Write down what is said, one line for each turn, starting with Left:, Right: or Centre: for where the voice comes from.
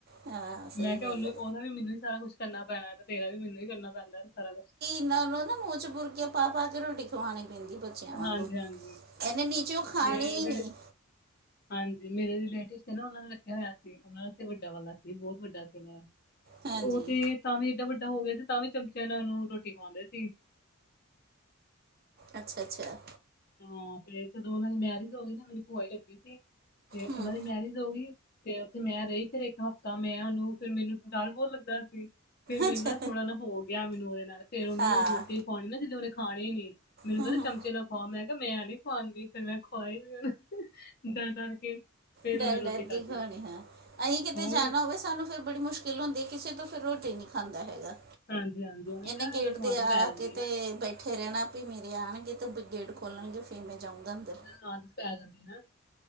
Right: ਹਾਂ ਸਹੀ
Left: ਮੈਂ ਕਿਹਾਂ
Right: ਗੱਲ
Left: ਉਹਨੂੰ
Right: ਹੈ।
Left: ਉਹਦਾ ਵੀ ਮੈਂਨੂੰ ਹੀ ਸਾਰਾਂ ਕੁੱਛ ਕਰਨਾਂ ਪੈਣਾਂ ਤੇ ਤੇੇਰਾ ਵੀ ਮੈਂਨੂੰ ਹੀ ਕਰਨਾਂ ਪੈਣਾ ਸਾਰਾਂ ਕੁੱਛ।
Right: ਨਾਲ਼ ਰੋਜ਼ ਨਾ ਮੂੰਹ ਚ ਬੁਰਕੀਆਂ ਪਾ ਪਾ ਕੇ ਰੋਟੀ ਖਵਾਉਣੀ ਪੈਂਦੀ। ਬੱਚਿਆਂ ਵਾਂਗੂ
Left: ਹਾਂਜੀ ਹਾਂਜੀ
Right: ਇਹਨੇ ਨੀਚੲੌ ਖਾਣੀਂ
Left: ਮੇਰੇ ਰਿਲੇ-
Right: ਨੀਂ।
Left: ਹਾਂਜੀ ਮੇਰੇ ਰਿਲੇਟਿਵ ਸੀ ਨਾ ਉਹਨ੍ਹਾਂ ਨੇ ਰੱਖਿਆਂ ਹੋਇਆਂ ਸੀ। ਉਹਨਾਂ ਦਾ ਵੱਡਾ ਵਾਲਾਂ ਸੀ। ਬਹੁਤ ਵੱਡਾ ਸੀ।
Right: ਹਾਂਜੀ
Left: ਉਹ ਤੇ ਤਾਂ ਵੀ ਏਡਾ ਵੱਡਾ ਹੋ ਗਿਆਂ ਸੀ। ਤਾਂ ਵੀ ਚਮਚਿਆਂ ਨਾਲ ਰੋਟੀ ਖਵਾਉਂਦੇ ਸੀ
Right: ਅੱਛਾ ਅੱਛਾ
Left: ਹਾਂ ਫ ਜਦੋਂ ਉਹਨਾਂ ਦੀ ਮੈਰਿਜ ਹੋ ਗਈ ਨਾ ਮੇਰੀ ਭੂਆਈ ਲੱਗੀ ਸੀ ਤੇ
Right: ਹੂੰ
Left: ਉਹਨਾਂ ਦੀ ਮੈਰਿਜ ਹੋ ਗਈ ਤੇ ਉੱਥੇ ਮੈਂ ਰਹੀ ਫਿਰ ਇੱਕ ਹਫ਼ਤਾ ਮੈਂ ਉਹਨੂੰ ਫਿਰ ਮੈਨੂੰਥ ਡਰ ਬਹੁਤ ਲੱਗਦਾ ਸੀ ਫੇਰ ਮੈਨੂੰ
Right: ਅੱਛਾ
Left: ਨਾ ਥੋੜਾ ਨਾ ਹੋ ਗਿਆ ਮੈਨੂੰ ਉਹਦੇ ਨਾਲ਼ੇਰ ਉਹਨੂੰ
Right: ਹਾਂ
Left: ਰੋਟੀ ਖਵਾਉਣੀ ਨਾ ਜੇ ਉਹਨੇ ਖਾ ਹੀ ਨੀ ਮੈਨੂੰ
Right: ਹੂੰ
Left: ਕਹਿੰਦਾ
Right: ਹੂੰ
Left: ਚਮਚੇ ਨਾਲ ਖੁਆ ਮੈਂ ਕਿਹਾ ਮੈਂ ਨੀ ਖੁਂਦੀ ਫਿਰ ਮੈਂ ਖਵਾਈ ਵੀ ਡਰ ਡਰ ਕੇ ਫਿਰ
Right: ਡਰ
Left: ਉਹਨੇ ਰੋਟੀ
Right: ਡਰ
Left: ਖਾਧੀ
Right: ਕੇ ਖਣੀ ਹਾਂ ਅਸੀਂ ਕਿਤੇ
Left: ਹੋਰ
Right: ਜਾਣਾ ਹੋਵੇ ਸਾਨੂੰ ਫੇਰ ਬੜੀ ਮੁਸ਼ਕਿਲ ਹੁੰਦੀ ਹੈ ਕਿਸੇ ਤੋਂ ਫਿਰ ਰੋਟੀ ਨ ਨਹੀਂ ਖਾਂਦਾ ਹੈਗਾ
Left: ਹਾਂਜੀ ਹਾਂਜੀ ਉਹੀ
Right: ਇਹਨੇ
Left: ਨਾ
Right: ਗੇਟ
Left: ਇਹਨਾਂ ਨੂੰ
Right: ਦੇ
Left: ਆਦਤ
Right: ਆ
Left: ਪੈ ਜਾਂਦੀ
Right: ਕੇ ਤੇ
Left: ਹੈ ਨਾ।
Right: ਬੈਠੇ ਇਕੱਠੇ ਰਹਿਣਾ ਵੀ ਮੇਰੇ ਆਉਣਗੇ ਤਾਂ ਗੇਟ ਖੋਲਣਗੇ
Left: ਹਾਂ
Right: ਫਿਰ ਮੈਂ ਜਾਊਂਗਾ ਅੰਦਰ
Left: ਇਹਨਾਂ ਆਦਤ ਪੈ ਜਾਂਦੀ ਨਾ